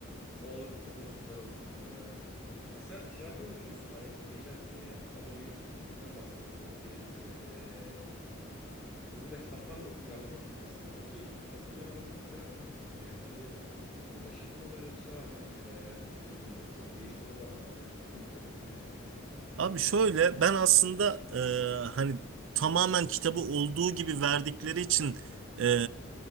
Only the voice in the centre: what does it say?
olur olur süper olur. E, peki sen şey hakkında ne düşünüyorsun? Hani geçen e, az önce bir filmden bahsettin çok etkiledi seni. E, Bu da kitaptan bir uyarlama film aslında. Peki kitaptan uyarlama filmleri hakkında ne düşünüyorsun? Yani sence hani başarılı mı oluyor yoksa hani e, ne bileyim böyle çok değiştiriyorlar mı ana fikrinden kitabın? E, ne düşünüyorsun?